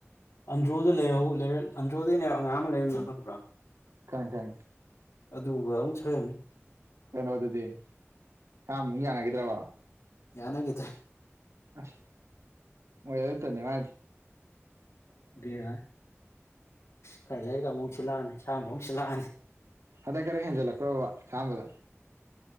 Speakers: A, on the left; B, on the right.
A: ꯑꯟꯗ꯭ꯔꯣꯗ ꯂꯩꯔ ꯂꯩꯔ ꯑꯟꯗ꯭ꯔꯣꯗꯅꯦ ꯑꯉꯥꯡ ꯑꯃ ꯂꯩꯔꯝꯗ ꯈꯪꯕ꯭ꯔꯥ
B: ꯇꯥꯏ ꯇꯥꯏ
A: ꯑꯗꯨꯒ ꯑꯃꯨꯛ ꯁ ꯍꯥꯏꯔꯝꯃꯤ
B: ꯀꯩꯅꯣꯗꯨꯗꯤ ꯁꯥꯃꯨꯛ ꯌꯥꯅꯈꯤꯗ꯭ꯔꯕ
A: ꯌꯥꯅꯒꯤꯗ
B: ꯑꯁ ꯍꯣꯏ ꯇꯅꯤ ꯃꯥ
A: ꯕꯦꯔꯥ ꯈꯔ ꯂꯩꯔꯒ ꯑꯃꯨꯛꯨꯛ ꯁꯤꯂꯛꯑꯅꯤ ꯁꯥ ꯑꯃꯨꯛ ꯁꯤꯜꯂꯛꯑꯅꯤ
B: ꯑꯗ ꯀꯔꯦ ꯍꯦꯟꯖꯂ ꯀꯣ ꯁꯥꯝꯕꯗ